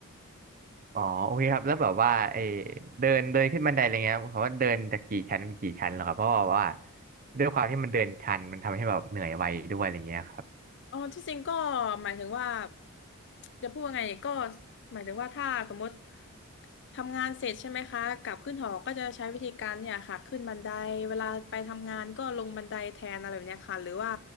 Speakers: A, on the right; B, on the left.
A: อ๋อโอเคครับ แล้วแบบว่าไอเดินเดินขึ้นบันไดอะไรเงี้ยเขาว่าเดินจากกี่ชั้นเป็นกี่ชั้นเหรอครับเพราะว่าว่าด้วยความที่มันเดินชันมันทำให้แบบเหนื่อยไวด้วยอะไรเงี้ยครับ
B: อ๋อที่จริงก็หมายถึงว่าจะพูดว่าไงก็หมายถึงว่าถ้าสมมติทำงานเสร็จใช่ไหมคะกลับขึ้นหอก็จะใช้วิธีการเนี่ยค่ะขึ้นบันไดเวลาไปทำงานก็ลงบันไดแทนอะไรแบบเนี้ยค่ะหรือว่า